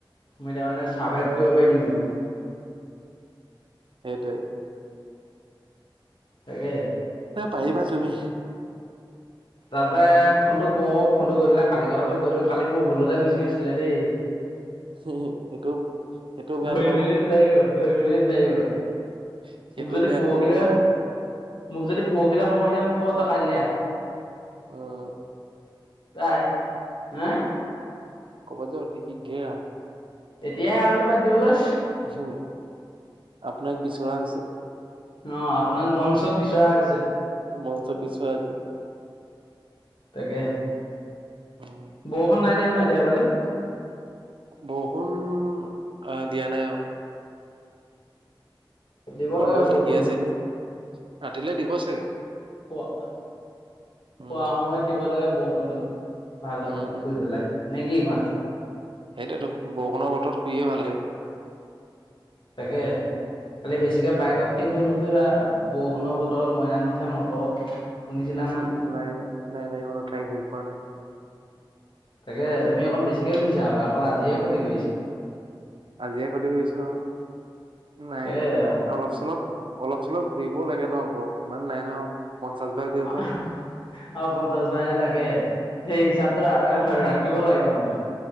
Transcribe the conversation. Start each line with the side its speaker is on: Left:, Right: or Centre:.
Left: মই এতিয়া মানে, চাৰ্ভাইভ কৰিব পাৰিম নে নোৱাৰিম?
Right: সেইটোৱে।
Left: তাকে
Right: এ, পাৰিবা তুমি।
Left: তাতে ফোনটো কওঁ ফোনটো কৰি পেলাই কালি কথাটো কৈ দিওঁ, কালি মোৰ ভুলতে গুচি গৈছিলে দেই।
Right: সেইটো সেইটোও বেয়া
Left: ঘৰি
Right: নাপাব
Left: মেলি নোৱাৰিব, ধৰি মেলি নোৱাৰিব।
Right: উম সেইটোও
Left: মোক যদি
Right: বেয়া
Left: পৰশিলে,
Right: নাপাব লগতে
Left: মোক যদি পৰশিলে সময় দিয়ে মোক কব তই কাইলে আহ।
Right: উম।
Left: তাইৰ, হা?
Right: ক'ব যে, অতি শীঘ্ৰেই আহ।
Left: এতিয়াই আহ বুলি মাতি দিবলৈও আছে
Right: অ, আপোনাক বিচৰা হৈছে।
Left: অ, আপোনাক মঞ্চত বিচৰা হৈছে।
Right: মঞ্চত বিচৰা হৈছে
Left: তাকেহে
Right: <unintelligible>
Left: বৰষুণ নাই দিয়া ন, এতিয়া সেইফালে?
Right: বৰষুণ, অ, দিয়া নাই অ।
Left: দিব
Right: বতৰটো
Left: লাগে
Right: ঠিকে
Left: বৰষুণটো
Right: আছে এতিয়া, ৰাতিলে দিব চাগে।
Left: <unintelligible>
Right: উম
Left: শুৱা সময়ত দিব লাগে বৰষুণটো, ভাল
Right: উম
Left: হয় শুই পেলাই, নে কি কোৱা?
Right: সেইটোৱেটো, বৰষুণৰ বতৰত শুইয়ে ভাল লাগে।
Left: তাকে খালি বেছিকে বাইকত উঠি ঘূৰি নুফুৰিবা, বৰষুণৰ বতৰত মইনা নুথে মটৰত। শুনিছিলা
Right: উহু
Left: নহয়
Right: নাই, নাই, নাই, নাই, ইমানো ঠাই ঘূৰি ফুৰা নাই।
Left: তাকে, তুমি অকণ বেছিকে ঘূৰিছা, অকল আজিয়ে ক্ষতি কৰিছা।
Right: আজিহে ক্ষতি কৰিছোঁ আৰু নাই
Left: তাকে
Right: অলপ চলপ অলপ চলপ ঘূৰিবও লাগে ন ইমান নাই ন পঞ্চাছ বাৰ ঘূৰিব
Left: আহ
Right: পাৰিম
Left: অ পঞ্চাশ হাজাৰহে থাকে সেই হিচাপটো ৰাখিব লাগে মানে।